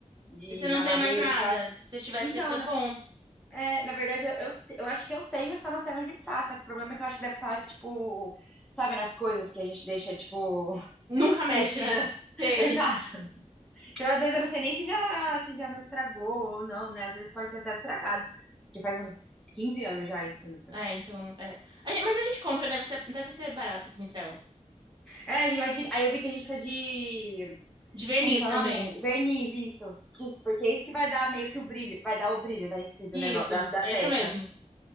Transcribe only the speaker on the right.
Você não
tem
mais nada.
Se tivesse,
ia ser bom.
Nunca
mexe, né? Sei.
É, então. É. A gen- Mas a gente compra, deve ser, deve ser barato o pincel.
De verniz
também.
Isso,
é
isso mesmo.